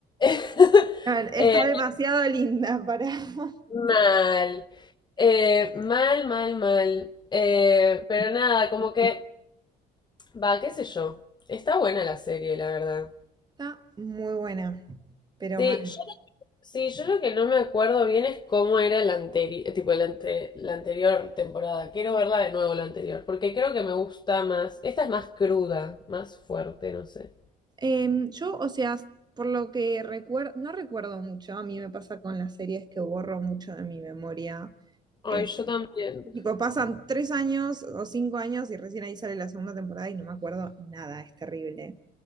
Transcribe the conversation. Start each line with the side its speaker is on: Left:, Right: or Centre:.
Left: <laughs>
Right: A ver, está
Left: Eh,
Right: demasiado linda para... <laughs>
Left: mal. Eh, mal, mal, mal. Eh, pero nada, como que, va, qué sé yo. Está buena la serie, la verdad.
Right: Está muy buena, pero
Left: Sí,
Right: mal.
Left: yo Sí, yo lo que no me acuerdo bien es cómo era el anterior, tipo el ante- la anterior temporada. Quiero verla de nuevo la anterior, porque creo que me gusta más. Esta es más cruda, más fuerte, no sé.
Right: Em, yo, o sea, por lo que recuerdo, no recuerdo mucho, a mí me pasa con las series que borro mucho de mi memoria.
Left: Ay,
Right: eh,
Left: yo también.
Right: Tipo, pasan tres años o cinco años y recién ahí sale la segunda temporada y no me acuerdo nada, es terrible.